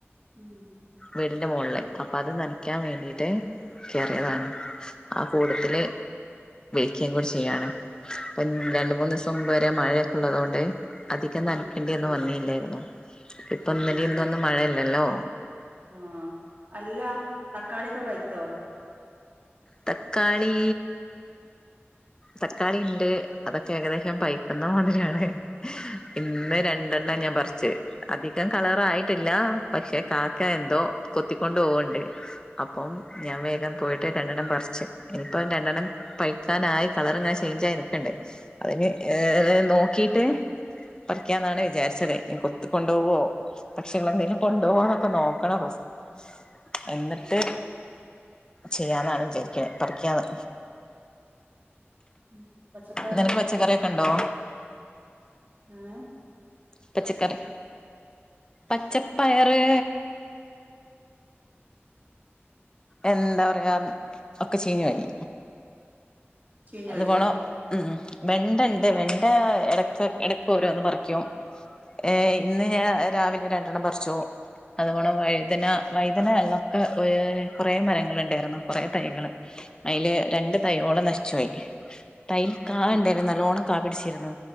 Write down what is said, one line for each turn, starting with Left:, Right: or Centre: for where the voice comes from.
Right: ഉം
Left: വീടിന്റെ മോളില് അപ്പൊ അത് നനക്കാൻ വേണ്ടീട്ട് കയറിതാണ് ആ കൂട്ടത്തില് ക്കും കൂടെ ചെയ്യാണ് ഇപ്പം രണ്ട് മൂന്ന് ദിവസം മുമ്പ് വരെ മഴയൊക്കെ ഇള്ളതുകൊണ്ട് അധികം
Right: ഉം
Left: നന ക്കെണ്ടിയൊന്നും വന്നി ഇല്ലായിരുന്നു ഇപ്പൊ
Right: ആഹ്
Left: ഇന്നലിം
Right: ആഹ്
Left: ഇന്നൊന്നും മഴയില്ലല്ലോ?
Right: ആഹ് അല്ല തക്കാളിയൊക്കെ പഴിത്തോ?
Left: തക്കാളീ തക്കാളിയിണ്ട് അതൊക്കെ ഏകദേശം പയ്ക്കുന്ന മാതിരിയാണ് ഇന്ന് രണ്ടെണ്ണം ഞാൻ പറിച്ച് അധികം കളറായിട്ടില്ല പക്ഷെ കാക്ക എന്തോ കൊത്തിക്കൊണ്ട് പോവ്ണ്ട് അപ്പം ഞാൻ വേഗം പോയിട്ട് രണ്ടെണ്ണം പറിച്ച് ഇനിയിപ്പം രണ്ടെണ്ണം പഴിക്കാനായി കളറിങ്ങനെ ചെയ്ഞ്ചായി നിക്ക്ണ്ട് അതിഞ്ഞ് ഏഹേ നോക്കിയിട്ട് പറിക്കാന്നാണ് വിചാരിച്ചത് ഇനി കൊത്തി കൊണ്ടോവോ പക്ഷികളെന്തേലും കൊണ്ടോവോന്നൊക്കെ നോക്കണം ഫസ്റ്റ് എന്നിട്ട്
Right: ഉം ഉം
Left: ചെയ്യാന്നാണ് വിചാരിക്ക്ണ പറിക്കാന്ന്
Right: ഉം പച്ചപ്പയറ
Left: നിനക്ക് പച്ചക്കറിയൊക്കെ ഇണ്ടോ?
Right: ഏഹേ?
Left: പച്ചക്കറി പച്ചപ്പയറ് എന്താ പറയാ ഒക്കെ ചീഞ്ഞോയി
Right: ചീഞ്ഞോയി
Left: അത് വളം ഉം വെണ്ട ഇണ്ട് വെണ്ട എടക്ക് ഓരോന്ന് പറിക്കും ഏഹേ ഇന്ന് ഞാൻ രാവിലെ രണ്ടെണ്ണം പറിച്ചു അതുപോണം വഴുതന വഴ്തന ഒക്കെ ഏഹ് കൊറേ മരങ്ങള് ഇണ്ടായിരുന്നു കൊറേ തൈകള് അയില് രണ്ട് തൈയോളം നശിച്ചുപോയി തൈ കായ
Right: ഉം
Left: ഇണ്ടായിരുന്നു നല്ലോണം കാ പിടിച്ചിരുന്നു